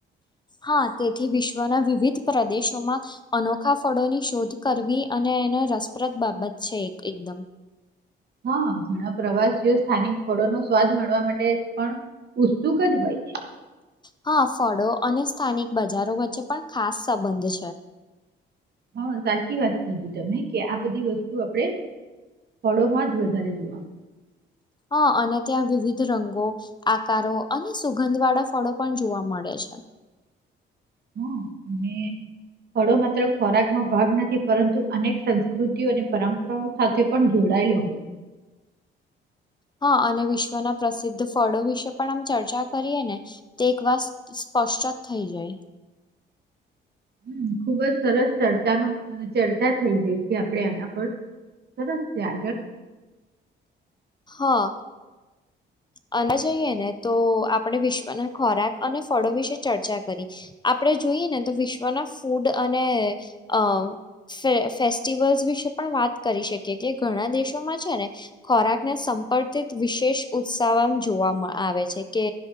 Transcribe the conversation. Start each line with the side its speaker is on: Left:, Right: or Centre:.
Left: હા તેથી વિશ્વના વિવિધ પ્રદેશોમાં અનોખા ફળોની શોધ કરવી અને એને રસપ્રદ બાબત છે એકદમ
Right: હા ઘણા પ્રવાસીઓ સ્થાનિક ફળો નો સ્વાદ મળવા માટે પણ ઉત્સુક જ હોય છે
Left: હા ફળો અને સ્થાનિક બજારો વચ્ચે પણ ખાસ સંબંધ છે
Right: હા સાચી વાત કીધી તમે કે આ બધી વસ્તુ આપણેે ફળોમાં જ વધારે જોવા મળશે
Left: હા અને ત્યાં વિવિધ રંગો આકારો અને સુગંધ વાળા ફળો પણ જોવા મળે છે
Right: હ અને હળો માત્ર ખોરાકમાં ભાગ નથી પરંતુ અનેક સંસ્કૃતિઓ અને પરંપરાઓ સાથે પણ જોડાયેલો હોય
Left: હા અને વિશ્વના પ્રસિદ્ધ ફળો વિશે પણ આમ ચર્ચા કરીએ ને તે એક વાત સ્પષ્ટ જ થઈ જાય
Right: હમ ખુબ જ સરસ ચર્ચાનો ચર્ચા થઈ ગઈ છે આપડે આના પર સરસ છે આગળ
Left: હા અ જઈએ ને તો આપણે વિશ્વના ખોરાક અને ફળો વિશે ચર્ચા કરી આપણે જોઈએ ને તો વિશ્વના ફૂડ અને અ ફ ફેસ્ટિવલ્સ વિશે પણ વાત કરી શકીએ કે ઘણા દેશોમાં છે ને ખોરાકને સંપર્કિત વિશેષ ઉત્સવમાં જોવાવામાં આવે છે કે